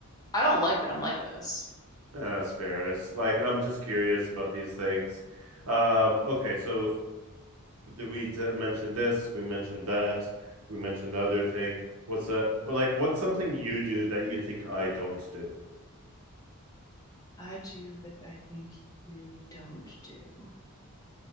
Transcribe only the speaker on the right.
yeah, that's fair. It's like I'm just curious about these things. Um, okay, so if- did we d- mention this? We mentioned that. We mentioned the other thing. What's a well, like what's something you do that you think I don't do?